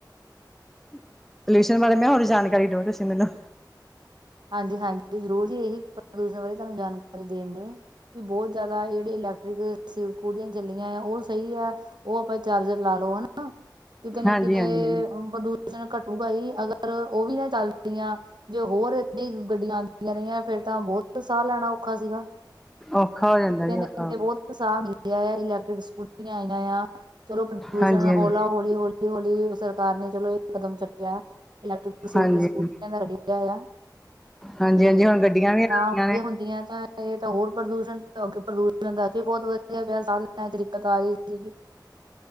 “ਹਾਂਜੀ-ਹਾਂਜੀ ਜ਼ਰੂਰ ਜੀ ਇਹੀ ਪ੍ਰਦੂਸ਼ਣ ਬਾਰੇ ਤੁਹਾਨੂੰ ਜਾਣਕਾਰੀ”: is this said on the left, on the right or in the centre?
Right